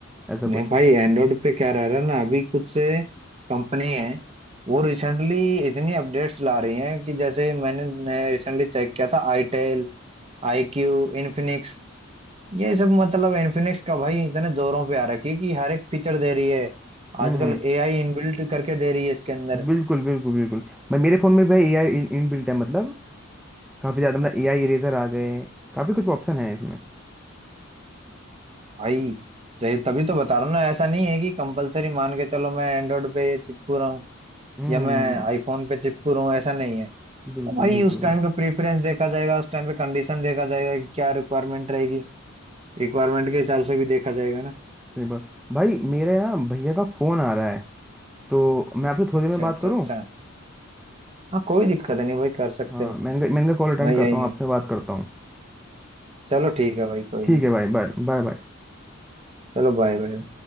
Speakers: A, in the centre; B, on the right (about 30°).
A: ऐसा
B: नहीं
A: कुछ
B: भाई एंड्रॉइड पे क्या रह रहा है ना अभी कुछ से कंपनी है वो रिसेंटली इतनी अपडेट्स ला रही हैं कि जैसे मैंने रिसेंटली चेक किया था आईटेल आई क्यू इन्फिनिक्स, ये सब मतलब इन्फिनिक्स का भाई इतने जोरों पे आ रखी है कि हर एक फीचर दे रही है
A: हम्म
B: आजकल
A: हम्म।
B: एआई इनबिल्ट करके दे रही है इसके अंदर
A: बिल्कुल बिल्कुल बिल्कुल मैं मेरे फोन में भाई एआई इन, इनबिल्ट है मतलब काफी ज्यादा मतलब एआई इरेजर आ गए काफी कुछ ऑप्शन है इसमें
B: भाई सही तभी तो बता रहा हूँ ना ऐसा नहीं है कि कंपलसरी मान के चलो मैं एंड्रॉइड पे चिपकू रहा हूँ
A: हम्म
B: या मैं आईफोन पे चिपकू रहा हूँ ऐसा नहीं है
A: बिल्कुल
B: तो भाई
A: बिल्कुल
B: उस
A: बिल्कुल,
B: टाइम का प्रेफरेंस देखा जाएगा उस टाइम पे कंडीशन देखा जाएगा कि क्या रिक्वायरमेंट रहेगी रिक्वायरमेंट के हिसाब से भी देखा जाएगा ना
A: सही बात भाई मेरे ना भैया का फोन आ रहा है तो मैं आपसे थोड़ी
B: अच्छा
A: देर में बात
B: अच्छा
A: करूँ
B: अच्छा हाँ कोई दिक्कत नहीं भाई कर सकते
A: हाँ
B: हो
A: मैं इनका मैं इनका कॉल अटेंड
B: मैं यही
A: करता हूँ
B: हूँ
A: आपसे बात करता हूँ
B: चलो ठीक है भाई कोई
A: ठीक
B: ना
A: है भाई बाय बाय बाय
B: चलो बाय बाय